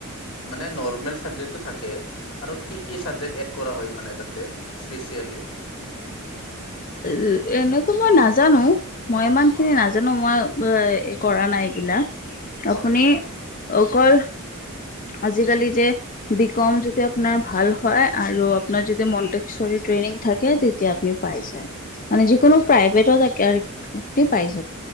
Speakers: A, on the left; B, on the left.
A: মানে নৰ্মেল ছাবজেক্টো থাকে। আৰু কি কি চাবজেক্ট এড কৰা হয় মানে তাতে স্পেচিয়েলি।
B: উ, এনেতো মই নাজানো, মই ইমান
A: হয়
B: খিনি নাজানো। জানো কৰা নাই এইবিলাক,
A: হয়
B: আপুনি
A: হয়
B: অকল আজিকালি যে বি কম যদি আপোনাৰ ভাল হয় আৰু আপোনাৰ যদি মন্টেছৰী ট্ৰেইনিং থাকে তেতিয়া আপনি পাই যায়। মানে যিকোনো
A: হয় হয়
B: প্ৰাইভেটত <unintelligible> পাই যাব